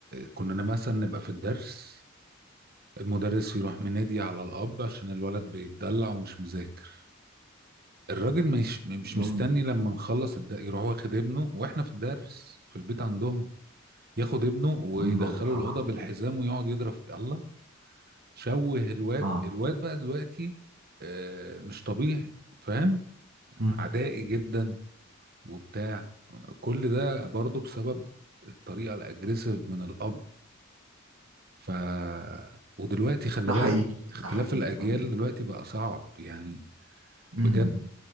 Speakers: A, on the right; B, on the right.
A: كنا مثلا نبقى في الدرس المدرس يروح منادي على الأب عشان الولد بيتدلع ومش مذاكر الراجل مش مش
B: يوم
A: مستني لما نخلص الد... يروح واخد ابنه واحنا في الدرس في البيت عندهم ياخد ابنه ويدخله
B: يوم دول اه
A: الأوضة بالحزام ويقعد يضرب في الله شوه الواد
B: اه
A: الواد بقى دلوقتي آه، مش طبيعي فاهم
B: مم.
A: عدائي جدا وبتاع كل ده برضه بسبب الطريقة الأجريسيف من الأب ف ودلوقتي خلي
B: ده
A: بالك
B: حقيقي
A: اختلاف
B: ده حقيقي
A: الأجيال
B: فاهم
A: دلوقتي بقى صعب يعني
B: مم.
A: بجد